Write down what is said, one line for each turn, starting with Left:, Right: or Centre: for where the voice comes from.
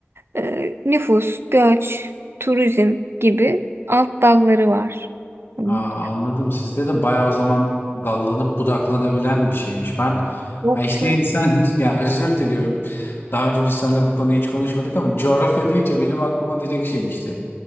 Right: e, nüfus, göç, turizm gibi alt dalları var. Bunun.
Left: Aa, anladım. Sizde de bayağı o zaman dallanıp budaklanabilen bir şeymiş. Ben
Right: Yok,
Left: ya işte
Right: yok.
Left: insan <laughs> ya özür diliyorum. Daha önce biz seninle bu konuyu hiç konuşmadık ama coğrafya deyince benim aklıma direkt şey işte.